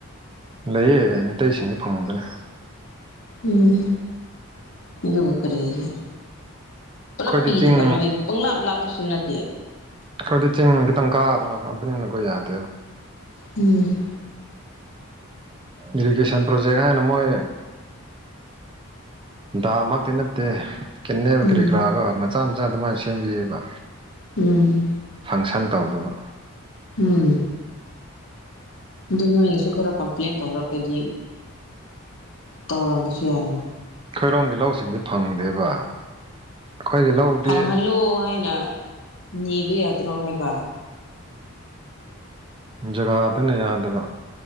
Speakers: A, on the right; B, on the left.
A: ꯂꯩꯌꯦ ꯃꯤꯇꯩꯩꯁꯤꯡꯗꯤ ꯐꯪꯉꯕꯅꯦ
B: ꯎꯝ ꯑꯗꯨꯕꯨ ꯀꯔꯤꯒꯤ
A: ꯑꯩꯈꯣꯏꯗꯤ
B: ꯄꯨꯂꯞ ꯄꯤꯗꯕ
A: ꯆꯤꯡ
B: ꯅꯣꯏ ꯄꯪꯂꯥꯞ ꯂꯥꯞꯄꯁꯨ ꯅꯠꯇꯦ
A: ꯑꯩꯈꯣꯏꯗꯤ ꯆꯤꯡꯒꯤꯇꯪ ꯀꯥꯕ ꯕꯅꯤꯅ ꯀꯣ ꯌꯥꯗꯦ
B: ꯎꯝ
A: ꯏꯔꯤꯒꯦꯁꯟ ꯄ꯭ꯔꯣꯖꯦꯛ ꯍꯥꯏꯅ ꯃꯣꯏ ꯗꯥꯝ ꯃꯛꯇꯤ ꯅꯠꯇꯦ ꯀꯦꯟꯅꯜ
B: ꯎꯝ
A: ꯀꯔꯤ ꯀꯔꯥꯒ ꯃꯆꯥ ꯃꯆꯥ ꯑꯗꯨꯃꯥꯏꯅ ꯁꯦꯝꯕꯤꯑꯕ
B: ꯎꯝ
A: ꯐꯪꯁꯟ ꯇꯧꯗꯕ
B: ꯍꯝ ꯑꯗꯨ ꯅꯣꯏꯅꯁꯨ ꯈꯔ ꯀꯝꯄ꯭ꯂꯦꯟ ꯇꯧꯔꯛꯂꯗꯤ ꯇꯧꯔꯝꯕꯁꯨ ꯌꯥꯏꯅ
A: ꯈꯣꯏꯔꯣꯝꯒꯤ ꯂꯧꯁꯤꯡꯗꯤ ꯐꯪꯗꯦꯕ ꯑꯩꯈꯣꯏꯒꯤ ꯂꯧꯗꯤ
B: ꯐꯪꯍꯜꯂꯣ ꯍꯥꯏꯅ ꯅꯤꯕ ꯌꯥꯗ꯭ꯔꯣ ꯍꯥꯏꯕ
A: ꯖꯒꯥ ꯑꯗꯨꯅ ꯌꯥꯗꯕ